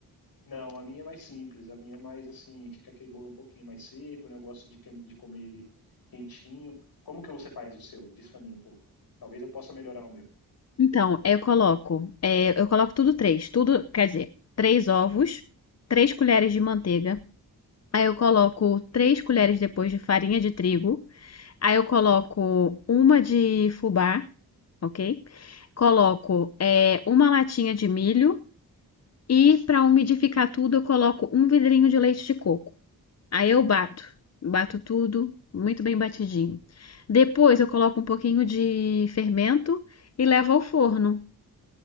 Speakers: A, on the left; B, on the left.
A: Não, a minha é mais simples, a minha é mais assim, fica aquele bolo um pouquinho mais seco, né? Eu gosto de, que- de comer ele quentinho. Como que você faz o seu? Diz pra mim um pouco. Talvez eu possa melhorar o meu.
B: Então, é, eu coloco, é, eu coloco tudo três, tudo, quer dizer, três ovos, três colheres de manteiga. Aí eu coloco três colheres depois de farinha de trigo. Aí eu coloco uma de fubá, ok? Coloco é, uma latinha de milho e para umidificar tudo eu coloco um vidrinho de leite de coco. Aí eu bato, bato tudo muito bem batidinho. Depois eu coloco um pouquinho de fermento e levo ao forno,